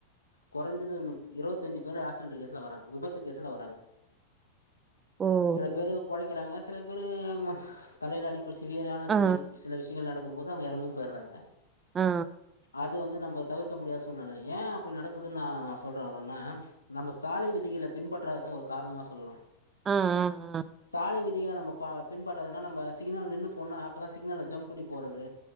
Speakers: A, on the left; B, on the right.
A: குறைஞ்சது ஒரு முப் இருபத்தஞ்சி பேரு ஆக்சிடென்ட் கேஸ்ல வராங்க விபத்து கேஸ்ல வராங்க
B: ஓ! ஓ!
A: சில பேரு பொழைக்கிறாங்க சில பேரு தலையில அடிப்பட் சிவியரான சில
B: ஆ,
A: சில விஷயங்கள் நடக் கும் போது அவங்க இறந்தும் போய்றாங்க
B: ஆ,
A: அத வந்து நம்ம தவிர்க் க முடியாத சூழ்நிலை ஏ அப்டி நடக்குது நா சொல்ற வர்றேன்னா நம்ம சாலை விதிகள பின்பற்றாதது தா ஒரு காரணமா சொல்லலா
B: ஆ, ஆ, ஆ, ஆ,
A: சாலை விதிகள நம்ம பா பின்பற்றாததுனா நம்ம சிக்னல் நின்னு போன்னா அப்பதா சிக்னல்ல ஜம்ப் பண்ணி போறது